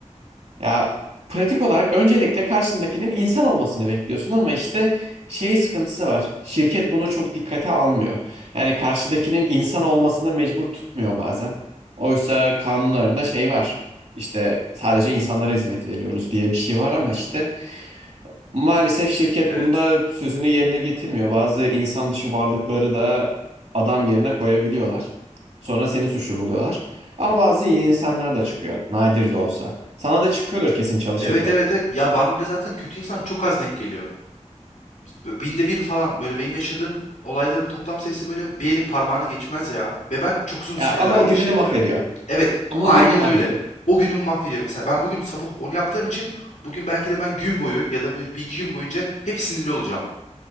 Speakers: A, on the right (about 65°); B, on the left (about 80°).
A: Ya pratik olarak öncelikle karşındakinin insan olmasını bekliyorsun ama işte şey sıkıntısı var. Şirket bunu çok dikkate almıyor. Yani karşıdakinin insan olmasını mecbur tutmuyor bazen. Oysa kanunlarında şey var. İşte sadece insanlara hizmet veriyoruz diye bir şey var ama işte Maalesef şirket
B: Evet.
A: bunda sözünü yerine getirmiyor. Bazı insan dışı varlıkları da adam yerine koyabiliyorlar. Sonra seni suçlu buluyorlar. Ama bazı iyi insanlar da çıkıyor. Nadir de olsa. Sana da çıkıyordur kesin çalışırken.
B: Evet evet evet. Ya bana da zaten kötü insan çok az denk geliyor. Bö- Binde bir falan böyle benim yaşadığım olayların toplam sayısı böyle bir elin parmağını geçmez ya. Ve ben çok uzun süredir
A: Ya ama
B: aynı
A: o gününü
B: işi yapıyorum.
A: mahvediyor.
B: Evet
A: Ama
B: aynen
A: o gününü mahvediyor.
B: öyle. O günümü mahvediyor. Mesela ben bugün sabah onu yaptığım için bugün belki de ben gün boyu ya da bir bir iki gün boyunca hep sinirli olacağım.